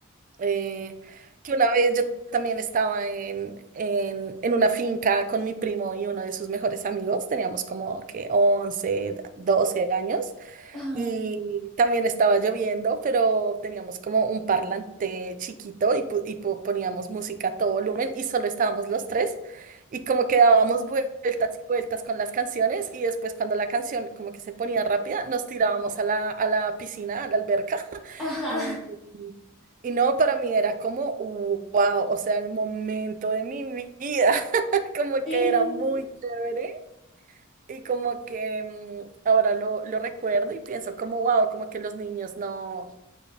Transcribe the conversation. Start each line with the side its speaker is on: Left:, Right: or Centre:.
Right: eh, que una vez yo también estaba en, en, en una finca con mi primo y uno de sus mejores amigos, teníamos como que 11 12 años.
Centre: Ajá.
Right: Y también estaba lloviendo, pero teníamos como un parlante chiquito y, pu- y po- poníamos música a todo volumen y solo estábamos los tres y como que dábamos vueltas y vueltas con las canciones y después cuando la canción como que se ponía rápida nos tirábamos a la, a la piscina, a la alberca <laughs>
Centre: Ajá.
Right: y, y no, para mí era como wow, o sea, el momento de mi vida, <laughs> como
Centre: Sí.
Right: que era muy chévere. Y como que mm, ahora lo, lo recuerdo y pienso como, wow, como que los niños no,